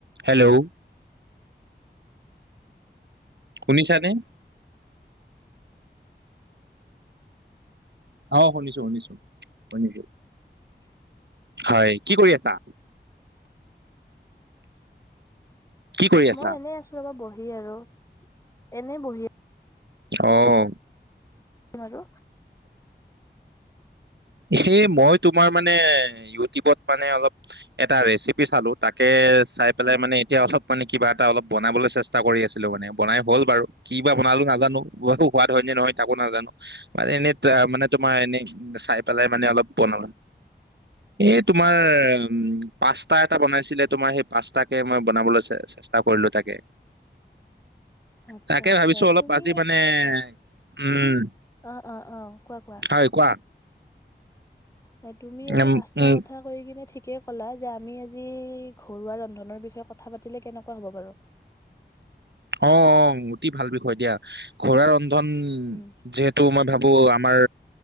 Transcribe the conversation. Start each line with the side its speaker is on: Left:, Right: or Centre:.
Right: Hello শনিছানে অ শুনিছো শুনিছো শুনিছো
Left: উ
Right: হয় কি কৰি আছা কি কৰি আছা
Left: মই এনেই আছো ৰব বহি হি আৰু এনেই বহি
Right: আহ
Left: াৰ
Right: স মই তোমাৰ মানে ইউটিউবত মানে অলপ এটা ৰেচিপি চালো তাকে চাই পেলাই
Left: অ
Right: মানে এতিয়া অলপ মানে কিবা এটা অলপ বনাবলৈ চেষ্টা কৰি আছিলো মানে বনাই হ'ল বাৰু কি িব বনালো নাজানো বু সোৱাদ হয় নে নহয় তাকো নাজানো মানে এনেই মানে তোমাৰ এনে চাই পেলাই মানে অলপ বন এই তোমাৰ পাস্তা এটা বনাইছিলে তোমাৰ সেই পাস্তাকে মই বনাবলৈ চেষ্টা কৰিলো তাকে
Left: আচ্ছা
Right: তাকে
Left: আচ্ছা
Right: ভাবিছো অলপ
Left: তুমি
Right: আজি মানে উম
Left: অ অ অ কোৱা কোৱা
Right: হয় কোৱা
Left: নাই তুমি আজি
Right: উম
Left: পাঁচটাৰ
Right: উম
Left: কথা কৈ কিনে ঠিক তাকে ক'লা যে আমি আজি ঘৰুৱা ৰন্ধ ধনৰ বিষয়ে কথা পাতিলে কেনে কোৱা হ'ব বাৰু
Right: অ অ অতি ভাল বিষয় দিয়া ঘৰুৱা ৰন ধন
Left: উম
Right: যিহেতু মই ভাবো আমাৰ